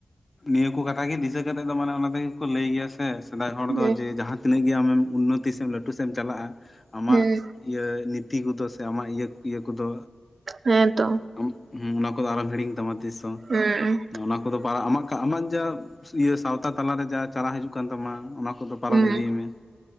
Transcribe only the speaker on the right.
ᱦᱩᱸ
ᱦᱩᱸ
ᱦᱮᱸ ᱛᱚ᱾
ᱦᱩᱸ
ᱦᱩᱸ